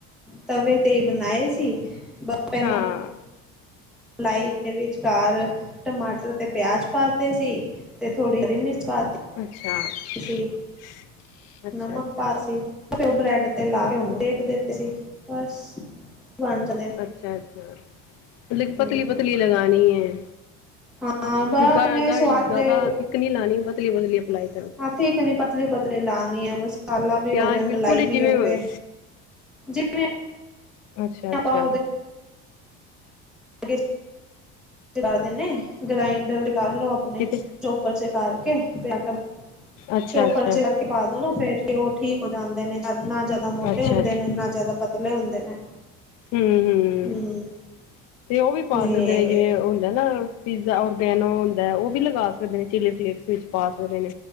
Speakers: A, in the centre; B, on the left.
A: ਤਵੇ ਤੇ, ਬਣਾਏ ਸੀ। ਪਹਿਲਾਂ
B: ਹਾਂ।
A: ਮਲਾਈ ਦੇ ਵਿਚਕਾਰ ਟਮਾਟਰ ਤੇ ਪਿਆਜ ਪਾਤੇ ਸੀ। ਤੇ ਥੋੜੀ, ਹਰੀ ਮਿਰਚ ਪਾਤੀ।
B: ਅੱਛਾ।
A: ਸੀ
B: <inaudible> ਅੱਛਾ-ਅੱਛਾ,
A: ਨਮਕ ਪਾਸੀ ਉਹ ਬ੍ਰੈਡ ਤੇ ਲਾਕੇ ਹੁਨ, ਦੇਖ ਦਿੱਤੇ ਸੀ, ਬਸ ਬਣ ਜ
B: ਅੱਛਾ-ਅੱਛਾ ਮਤਲਬ ਕਿ, ਪਤਲੀ-ਪਤਲੀ
A: ਹਮ
B: ਲਗਾਨੀ ਏ।
A: ਹਾਂ ਬ
B: ਥਿੱਕਾ,
A: ਆਪਣੇ
B: ਗ
A: ਸਵਾਦ
B: ਜਿਆਦਾ,
A: ਦੇ
B: ਥਿੱਕ ਨਹੀਂ ਲਾਣੀ ਪਤਲੀ-ਪਤਲੀ ਅਪਲਾਈ ਕਰ
A: ਥੀਕ ਨੀ, ਪਤਲੀ-ਪਤਲੀ ਲਾਣੀ ਆ, ਮਸਾਲਾ ਵੀ
B: ਪਿਆਜ
A: ਹੋਵੇ,
B: ਬਿਲਕੁਲ
A: ਮਲਾਈ ਵੀ
B: ਜਿਵੇਂ
A: ਹੋਵੇ। ਜਿਵੇਂ
B: ਅੱਛਾ-ਅੱਛਾ।
A: ਆਪਾਂ ਅ <inaudible> ਕਰਦੇ ਨੇ, ਗ੍ਰਾਇੰਡਰ ਕਰਲੋ ਅਪਣੇ
B: ਕਿਤੇ
A: ਚੋਪਰ 'ਚ ਕਰਕੇ, ਆਟਾ
B: ਅੱਛਾ
A: ਚੋਪਰ'ਚ
B: ਅੱਛਾ
A: ਕਰਕੇ ਪਾਦੋ ਨਾ ਫੇਰ ਉਹ ਠੀਕ ਹੋ ਜਾਂਦੇ ਨੇ, ਨਾ ਜਿਆਦਾ
B: ਅੱਛਾ
A: ਮੋਟੇ
B: ਅੱਛਾ
A: ਹੁੰਦੇ ਨੇ, ਨਾ ਜਿਆਦਾ ਪਤਲੇ ਹੁੰਦੇ ਨੇ।
B: ਹੂੰ, ਹੂੰ,
A: ਹਮ
B: ਤੇ ਉਹ ਵੀ ਪਾ
A: ਇਹ
B: ਸਕਦੇ
A: ਹੈਗੇ
B: ਨੇ ਜਿਵੇਂ, ਉਹ ਹੁੰਦਾ ਨਾ ਪੀਜ਼ਾ ਔਰਗੈਨੋ ਹੁੰਦਾ ਹੈ, ਉਹ ਵੀ ਲਗਾ ਸਕਦੇ ਨੇ। ਚਿੱਲੀ ਫਲੇਕਸ ਵਿੱਚ ਪਾ ਸਕਦੇ ਨੇ।